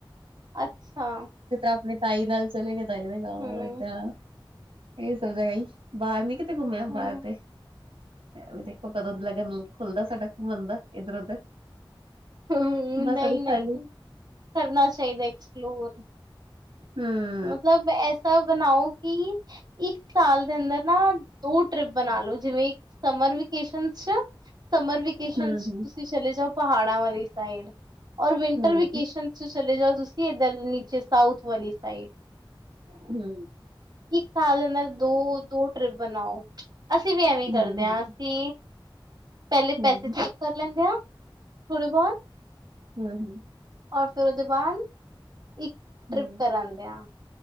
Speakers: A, on the right; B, on the right.
A: ਅੱਛਾ।
B: ਆਪਣੇ ਤਾਈ ਨਾਲ ਚਲੇ ਗੇ ਤਾਈ ਦਾ
A: ਹਮ
B: ਘਰ ਇਹ ਸਭ ਜਗ੍ਹਾ ਹੀ ਬਾਹਰ ਨੀ। ਕਿਥ ਘੁੰਮਿਆ ਬਾਹਰ
A: ਹਮ
B: ਤੇ। ਵੀ ਦੇਖੋ ਕਦੋਂ ਲਗਨ ਖੁੱਲਦਾ ਸਾਡਾ ਘੁੰਮਣ ਦਾ ਇੱਧਰ- ਉਧਰ।
A: ਹਮ।
B: ਬਸ
A: ਨਹੀਂ-
B: ਅ
A: ਨਹੀਂ
B: ਖਾਲੀ
A: ਕਰਨਾ ਚਾਹੀਦਾ ਐਕਸਪਲੋਰ।
B: ਹਮ।
A: ਮਤਲਬ ਐਸਾ ਬਣਾਓ ਕਿ ਇੱਕ ਸਾਲ ਦੇ ਅੰਦਰ ਨਾ ਦੋ ਟ੍ਰਿਪ ਬਣਾਾਲੋ। ਜਿਵੇ ਸਮਰ ਵੇਕੇਸ਼ਨ ਸਮਰ ਵੇਕੇਸ਼ਨ
B: ਹੂੰ,
A: ਤੁਸੀਂ
B: ਹੂੰ,
A: ਚਲੇ ਜਾਓ ਪਹਾੜਾਂ ਵਾਲੀ ਸਾਈਡ। ਔਰ ਵਿੰਟਰ
B: ਹੂੰ,
A: ਵੇਕੇਸ਼ਨ ਚਲੇ ਜਾਓ ਤੁਸੀਂ ਇੱਧਰ ਨੀਚੇ ਸਾਊਥ ਵਾਲੀ ਸਾਈਡ
B: ਹੁ
A: ਇੱਕ ਸਾਲ ਦੇ ਨਾਲ ਦੋ ਦੋ ਟ੍ਰਿਪ ਬਣਾਓ ਅਸੀਂ ਵੀ ਐਵੇਂ ਕਰਦੇ
B: ਹੂੰ,
A: ਹਾਂ
B: ਹੂੰ,
A: ਤੇ ਪਹਿਲੇ
B: ਹੂੰ,
A: ਪੈਸੇ ਸੇਵ ਕਰ ਲੈਂਦੇ ਹਾਂ ਥੋੜ੍ਹੇ ਬਹੁਤ
B: ਹੁ ਹੁ
A: ਔਰ ਫਿਰ ਉਹਦੇ ਬਾਅਦ ਇੱਕ ਟ੍ਰਿਪ
B: ਹੂੰ,
A: ਕਰਾ ਆਂਦੇ ਆ